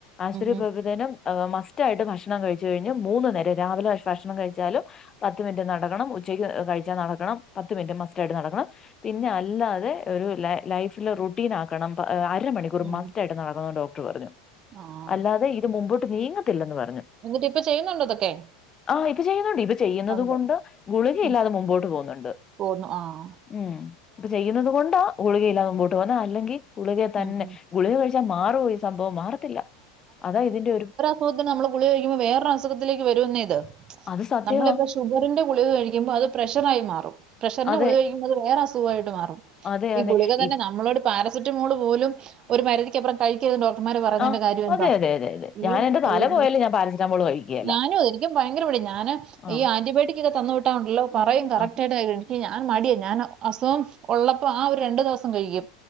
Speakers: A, on the left; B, on the right.
A: ആശുപത്രി
B: ഉം
A: പോയപ്പത്തേനും ആഹ് മസ്റ്റ് ആയിട്ട് ഭക്ഷണം കഴിച്ചു കഴിഞ്ഞ് മൂന്ന് നേരം രാവിലെ ഭക്ഷണം കഴിച്ചാലും പത്ത് മിനിറ്റ് നടക്കണം ഉച്ചയ്ക്ക് കഴിച്ചാ നടക്കണം പത്ത് മിനിറ്റ് മസ്റ്റായിട്ട് നടക്കണം പിന്നെ അല്ലാതെ ഒരു ല ലൈഫില് റുട്ടീൻ ആ ക്കണം പ അരമണിക്കൂർ
B: ഉം ഉം
A: മസ്റ്റായിട്ട് നടക്കണോന്ന് ഡോക്ടർ പറഞ്ഞു
B: ആഹ്
A: അല്ലാതെ ഇ ഇത് മുമ്പോട്ട് നീങ്ങത്തില്ലെന്ന് പറഞ്ഞു
B: എന്നിട്ട് ഇപ്പ ചെയ്യുന്നുണ്ടോ ഇതൊക്കെ
A: ആഹ് ഇപ്പൊ ചെയ്യുന്നുണ്ട് ഇപ്പൊ ചെയ്യുന്നത്
B: ഉണ്ട്
A: കൊണ്ട് ഗുളിക
B: ഉം
A: ഇല്ലാതെ മുമ്പോട്ട് പോകുന്നുണ്ട്
B: പോന്നു ആഹ്
A: ഉം ഇപ്പൊ ചെയ്യുന്നത് കൊണ്ട് ഗുളികയില്ലാതെ മുമ്പോട്ട് പോന്ന് അല്ലെങ്കിൽ ഗുളിക തന്നെ
B: ഉം ഉം
A: ഗുളിക കഴിച്ചാ മാറു സംഭവം മാറത്തില്ല അതാ ഇതിന്റെ ഒരു
B: അപ്പോത്തിന് നമ്മള് ഗുളിക കഴിക്കുമ്പോ വേറൊരു അസുഖത്തിലേക്ക് വരുന്നെ ഇത്
A: അത് സത്യവാ
B: നമ്മളിപ്പം ഷുഗറിന്റെ ഗുളിക കഴിക്കുമ്പോ അത് പ്രഷറായി മാറും പ്രഷറിന്റെ
A: അതെ
B: ഗുളിക കഴി ക്കുന്നത് വേറെ അസുഖായിട്ട് മാറും
A: അതെ
B: ഈ
A: അതെ
B: ഗുളിക തന്നെ
A: ഇ
B: നമ്മളോട് പാരസെ സറ്റമോള് പോലും ഒരു പരുതിക്കപ്പുറം കഴിക്കരുത് ഡോക്ടർമാർ പറ റഞ്ഞതിന്റെ
A: ആ
B: കാര്യം എന്താ
A: അതെ അതെ അതെ അതെ
B: ഈ
A: ഞാൻ എന്റെ തല
B: ഈപ്
A: പോയാലും ഞാൻ പാരസെറ്റാമോൾ കഴിക്കുകയില്ല
B: ഞാനും അതെ എനിക്കും ഭയങ്കര മടിയാ ഞാന്
A: ആ
B: ഈ ആന്റിബയോട്ടിക്ക് ഒക്കെ തന്ന് വിട്ടാല്ണ്ടല്ലോ പറയും കറക്റ്റായിട്ട്
A: ആ
B: എനിക്ക് ഞാൻ മടിയ ഞാൻ അസുഖം ഉള്ളപ്പോ ആ ഒരു രണ്ടു ദിവസം കഴിക്കും